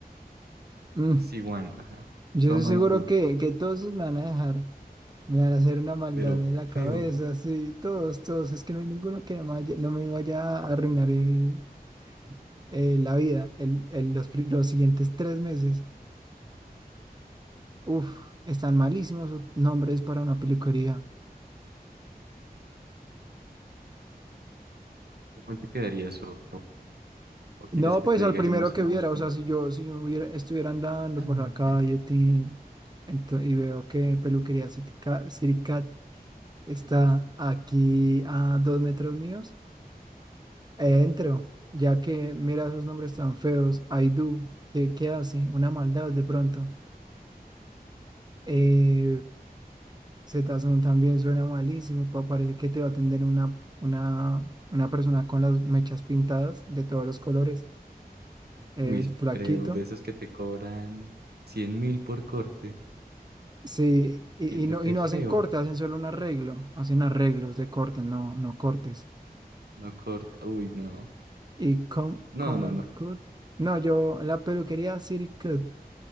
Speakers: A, on the right; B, on the right.
A: Mm,
B: Sí, One. Ajá.
A: Yo
B: Come
A: estoy seguro
B: and Cut.
A: que, que todos me van a dejar, me van a hacer una maldad
B: Pero
A: en la cabeza,
B: feo.
A: sí, todos, todos. Es que no hay ninguno que no me vaya, no me vaya a arruinar el, eh, la vida el, el- los, pri- los siguientes tres meses. Uf, están malísimos esos nombres para una peluquería.
B: ¿Cuál te quedaría eso? ¿O quieres
A: No,
B: que
A: pues
B: te diga
A: al primero
B: yo más
A: que
B: o menos
A: viera,
B: cuál?
A: o sea, si yo, si yo hubiera- estuviera andando
B: <laughs>
A: por la calle tin, ento- y veo que Peluquería Citica- Siricat está aquí a dos metros míos, entro, ya que mira esos nombres tan feos, Aidú, ¿qué, qué hace? Una maldad de pronto. Eh, Zetazón también suena malísimo, pa- parece que te va a atender una, una, una persona con las mechas pintadas de todos los colores, eh,
B: Uy, sí
A: flaquito.
B: creo, de esos que te cobran 100 mil por corte.
A: Sí, y,
B: Y un
A: y
B: corte
A: no, y no
B: feo.
A: hacen corte, hacen solo un arreglo, hacen arreglos de cortes, no, no cortes.
B: No corta. Uy, no.
A: Y com,
B: No,
A: Common
B: no, no.
A: Cut, no, yo, la peluquería City Cut,